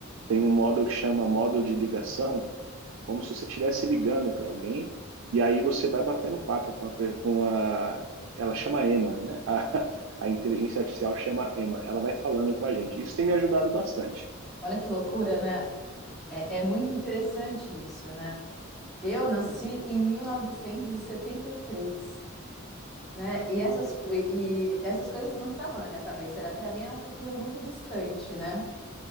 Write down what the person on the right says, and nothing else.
Tem um modo que chama modo de ligação, como se você estivesse ligando para alguém, e aí você vai batendo papo com a, pe- com a. Ela chama Emma, né? A, a inteligência artificial chama Emma. Ela vai falando com a gente. Isso tem me ajudado bastante.